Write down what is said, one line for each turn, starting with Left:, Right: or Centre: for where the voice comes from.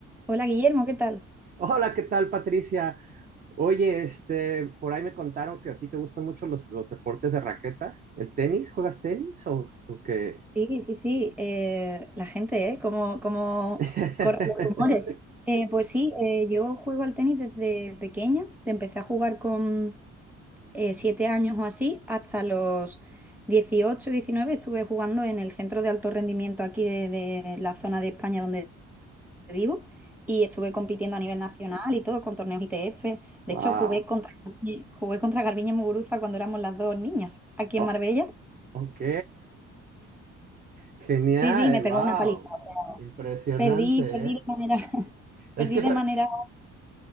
Centre: Hola Guillermo, ¿qué tal?
Right: Hola, ¿qué tal, Patricia? Oye, este, por ahí me contaron que a ti te gustan mucho los, los deportes de raqueta. ¿El tenis? ¿Juegas tenis o, o qué?
Centre: Sí, sí, sí, eh, la gente, ¿eh? ¿Cómo, cómo
Right: <laughs>
Centre: corren los rumores? Eh, pues sí, eh, yo juego al tenis desde pequeña, empecé a jugar con eh, siete años o así, hasta los 18, 19. estuve jugando en el centro de alto rendimiento aquí de, de la zona de España donde vivo y estuve compitiendo a nivel nacional y todo con torneos ITF.
Right: Wow.
Centre: De hecho, jugué contra, jugué contra Garbiñe Muguruza cuando éramos las dos niñas aquí
Right: Oh,
Centre: en Marbella.
Right: ok. Genial.
Centre: Sí, sí, me pegó
Right: Wow.
Centre: una paliza.
Right: Impresionante,
Centre: Perdí, perdí
Right: ¿eh?
Centre: de manera, <laughs>
Right: Es
Centre: perdí
Right: que,
Centre: de
Right: pa-
Centre: manera.